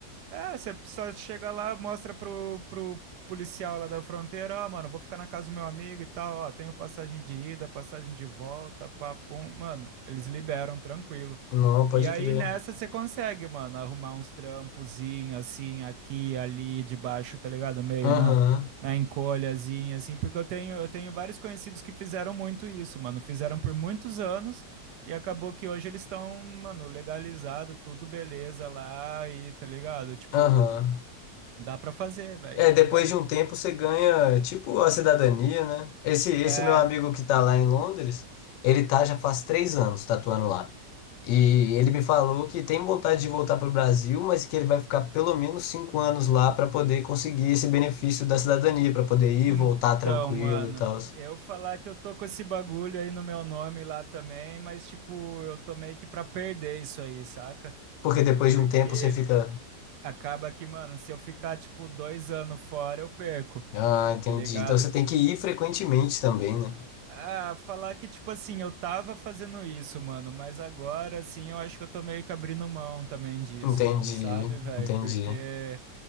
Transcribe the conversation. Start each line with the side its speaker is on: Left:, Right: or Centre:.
Right: é, você só chega lá, mostra pro, pro policial lá da fronteira, ó, mano, vou ficar na casa do meu amigo e tal, ó, tenho passagem de ida, passagem de volta, pá, pum. Mano, eles liberam, tranquilo.
Left: Não, pode
Right: E aí
Left: crer.
Right: nessa você consegue, mano, arrumar uns trampozinhos assim, aqui, ali, debaixo, tá ligado? Meio
Left: Aham.
Right: na, na encolhazinha, assim, porque eu tenho, eu tenho vários conhecidos que fizeram muito isso, mano, fizeram por muitos anos. E acabou que hoje eles estão, mano, legalizado, tudo beleza lá e tá ligado? Tipo,
Left: Aham.
Right: dá pra fazer, velho,
Left: É,
Right: tá
Left: depois
Right: ligado?
Left: de um tempo você ganha, tipo, a cidadania, né? Esse, esse
Right: É,
Left: meu amigo que tá lá em Londres, ele tá já faz três anos tatuando lá. E ele me falou que tem vontade de voltar pro Brasil, mas que ele vai ficar pelo menos cinco anos lá para poder conseguir esse benefício da cidadania, para poder ir
Right: então,
Left: e voltar tranquilo
Right: mano,
Left: e tal.
Right: eu falar que eu tô com esse bagulho aí no meu nome lá também, mas tipo, eu tô meio que pra perder isso aí, saca?
Left: Porque depois
Right: Porque
Left: de um tempo você fica.
Right: acaba que, mano, se eu ficar tipo dois anos fora, eu perco,
Left: Ah, entendi.
Right: tá ligado?
Left: Então você tem que ir frequentemente também, né?
Right: Ah, falar que, tipo assim, eu tava fazendo isso, mano, mas agora, assim, eu acho que eu tô meio que abrindo mão também disso,
Left: Entendi,
Right: mano, sabe, velho?
Left: entendi.
Right: Porque,